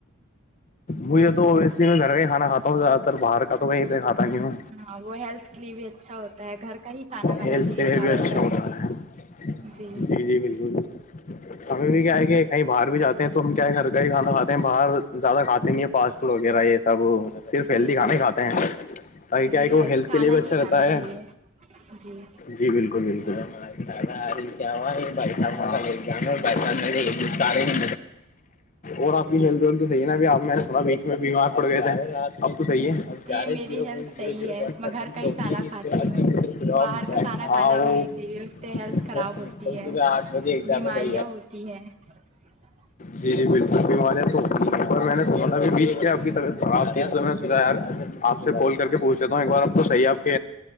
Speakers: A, on the left (about 35°); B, on the right (about 35°).
A: مجھے تو اویسی میں گھر کا ہی کانا کھا ہوں زیاد تر باہر کا تو کہیں کھاتا کیوں
B: ہاں وہ ہیلتھ کے لیے بھی اچھا ہوتا ہے گھر کا ہی کھانا کھانا
A: ہیلتھ
B: چاہیے
A: کے لیے
B: زیادہ
A: بھی اچھا
B: تر
A: ہوتا ہے
B: جی
A: جی جی بالکل بل ہمیں بھی کیا ہے کہ کہیں باہر بھی جاتے ہیں تو ہم کیا ہے گھر کا ہی کھانا کھے ہیں باہر زیادہ کھاتے فاسٹ فوڈ وغیرہ یہ سب صرف
B: جی
A: ہیلدی کھانا
B: جی
A: ہی کھاتے ہیں تاکہ کیا
B: جی
A: ہے کہ وہ
B: ہیلدی
A: ہیلتھ
B: کھانا
A: کے لیے بھی اچھا
B: ہی کھانا
A: رہتا ہے
B: چاہیے جی
A: جی بالکل بالکل ہے ار جا یہ جان پساے اور آپ کی ہیلتھ ویلھ تو صح نا ب آپ میں نے سنا بیچ میں بیمار پڑ گیا تھا ہم تو صحی ہے ا
B: جی
A: گیارے
B: میری
A: زیرو
B: ہیلتھ
A: پوائنٹو
B: صحیح
A: زیرو
B: ہے
A: وٹ
B: میں گھر کا ہی کھانا
A: اس
B: کھاتی ہوں
A: کاؤ
B: باہر کا کھانا کھانا بھی نہیں چاہیے اس سے ہیلتھ خراب
A: کہ
B: ہوتی ہے
A: آٹھ بجے ایزام
B: بیماریاں
A: با
B: <unintelligible>
A: جی جی بالکل بیماریاں تو اور میں نے سناا ا بیچ کیا کی طیعت خراب تھی میں سوچا ی آپ سے کال کر کے پوھ لیتا ہوں ایک بار آپ کو صحی آھ